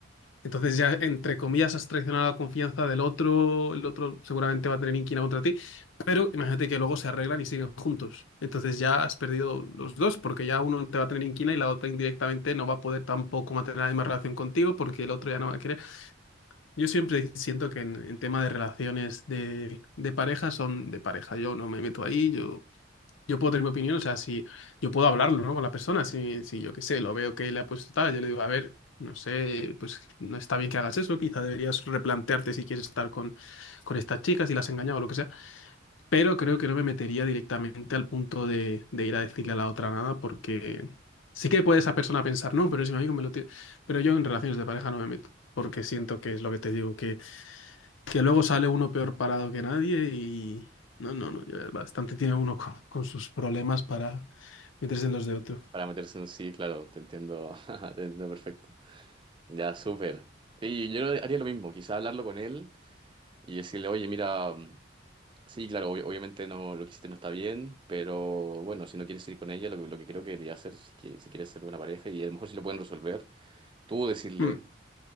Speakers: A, on the left; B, on the right.
A: Entonces ya, entre comillas, has traicionado la confianza del otro, el otro seguramente va a tener inquina contra ti, pero imagínate que luego se arreglan y siguen juntos. Entonces ya has perdido los dos, porque ya uno te va a tener inquina y la otra indirectamente no va a poder tampoco mantener la misma relación contigo porque el otro ya no va a querer. Yo siempre siento que en, en tema de relaciones de, de pareja son de pareja. Yo no me meto ahí, yo yo puedo tener mi opinión, o sea, si yo puedo hablarlo, ¿no? Con la persona, si, si yo qué sé, lo veo que le ha puesto tal, yo le digo, a ver, no sé, pues no está bien que hagas eso, quizá deberías replantearte si quieres estar con, con estas chicas, si las has engañado o lo que sea, pero creo que no me metería directamente al punto de, de ir a decirle a la otra nada, porque sí que puede esa persona pensar, no, pero es mi amigo, me lo tiene, pero yo en relaciones de pareja no me meto, porque siento que es lo que te digo, que luego sale uno peor parado que nadie y no, no, no, ya bastante tiene uno con, con sus problemas para meterse en los de otro.
B: Para meterse en sí, claro, te entiendo, <laughs> te entiendo perfecto. Ya, súper. Sí, yo haría lo mismo, quizá hablarlo con él y decirle, oye, mira... Sí, claro, obvio- obviamente no, lo que hiciste no está bien, pero bueno, si no quieres ir con ella, lo, que lo que creo que debería hacer, si, que, si quieres ser una pareja, y a lo mejor si lo pueden resolver, tú decirle,
A: Mm,